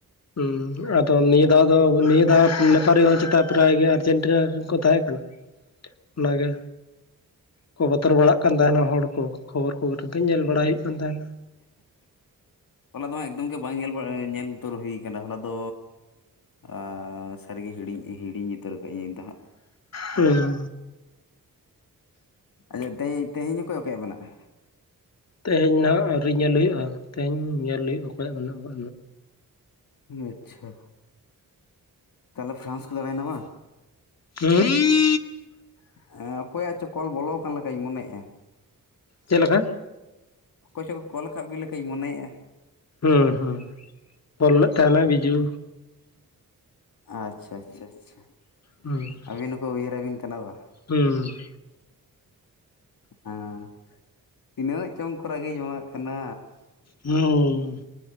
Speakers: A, on the left; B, on the left.
A: ᱩᱱ ᱟᱫᱚ ᱱᱤᱭᱟᱹ ᱫᱷᱟᱣ ᱫᱚ ᱱᱤᱭᱟᱹ ᱫᱷᱟᱣ ᱱᱮᱯᱟᱨᱤ ᱦᱚᱸ ᱪᱮᱛᱟ ᱯᱨᱟᱭ ᱜᱮ ᱟᱨᱡᱮᱱᱴᱤᱱᱟ ᱠᱚ ᱛᱟᱦᱮᱸ ᱠᱟᱱᱟ
B: <inaudible>
A: ᱚᱱᱟ ᱜᱮ᱾ ᱠᱚ ᱵᱚᱛᱚᱨ ᱵᱟᱲᱟᱜ ᱠᱟᱱ ᱛᱟᱦᱮᱱᱟ ᱦᱚᱲ ᱠᱚ ᱠᱷᱚᱵᱚᱨ ᱠᱚ ᱨᱮᱫᱚ ᱧᱮᱞ ᱵᱟᱲᱟ ᱦᱩᱭᱩᱜ ᱠᱟᱱ ᱛᱟᱦᱮᱱᱟ᱾
B: ᱦᱚᱞᱟ ᱫᱚ ᱮᱠᱫᱚᱢ ᱜᱮ ᱵᱟᱝ ᱧᱮᱞ ᱵᱟᱝ ᱧᱮᱞ ᱩᱛᱟᱹᱨ ᱦᱩᱭ ᱠᱟᱱᱟ ᱦᱚᱞᱟ ᱫᱚ ᱟᱻᱥᱟᱹᱨᱤ ᱜᱮ ᱦᱤᱲᱤᱧ ᱦᱤᱲᱤᱧ ᱩᱛᱟᱹᱨ ᱠᱟᱜ ᱤᱧ ᱫᱚ ᱦᱟᱸᱜ
A: ᱦᱩᱸ
B: ᱟᱪᱷᱟ ᱛᱮᱦᱮᱧ-ᱛᱮᱦᱮᱧ ᱚᱠᱚᱭ ᱚᱠᱚᱭᱟᱜ ᱢᱮᱱᱟᱜ-ᱟ?
A: ᱛᱮᱦᱮᱧ ᱱᱟᱸᱦᱟᱜ ᱟᱹᱣᱨᱤ ᱧᱮᱞ ᱦᱩᱭᱩᱜ-ᱟ ᱛᱮᱦᱮᱧ ᱧᱮᱞ ᱦᱩᱭᱩᱜ-ᱟ ᱚᱠᱚᱭᱟᱜ ᱢᱮᱱᱟᱜ-ᱟ
B: ᱟᱪᱪᱷᱟ ᱛᱟᱦᱚᱞᱮ ᱯᱷᱨᱟᱱᱥ ᱠᱚ ᱫᱟᱲᱮᱭᱮᱱᱟ ᱵᱟᱝ᱾
A: ᱦᱩᱸ <unintelligible>
B: ᱦᱮᱸ ᱚᱠᱚᱭᱟᱜ ᱪᱚ ᱠᱚᱞ ᱵᱚᱞᱚ ᱟᱠᱟᱱ ᱞᱮᱠᱟᱧ ᱢᱚᱱᱮᱭᱮᱜ-ᱟ᱾
A: ᱪᱮᱫ ᱞᱮᱠᱟ?
B: ᱚᱠᱚᱭ ᱪᱚᱠᱚ ᱠᱚᱞ ᱟᱠᱟᱫ ᱵᱤᱱ ᱞᱮᱠᱟᱧ ᱢᱚᱱᱮᱭᱮᱜ-ᱟ᱾
A: ᱚᱸᱦᱩᱸ ᱚᱞ ᱞᱮᱫ ᱛᱟᱦᱮᱱᱟᱭ ᱵᱤᱡᱩ
B: ᱟᱪᱪᱷᱟ ᱟᱪᱪᱷᱟ ᱟᱪᱷᱟ
A: ᱦᱩᱸ᱾
B: ᱟᱹᱵᱤᱱ ᱦᱚᱸᱠᱚ ᱩᱭᱦᱟᱹᱨ ᱟᱵᱤᱱ ᱠᱟᱱᱟ ᱵᱟ᱾
A: ᱦᱩᱸᱻ
B: ᱟᱺ ᱛᱤᱱᱟᱹᱜ ᱪᱚᱝ ᱠᱚ ᱨᱟᱹᱜᱤ ᱡᱚᱝᱟᱜ ᱠᱟᱱᱟ
A: ᱚᱻ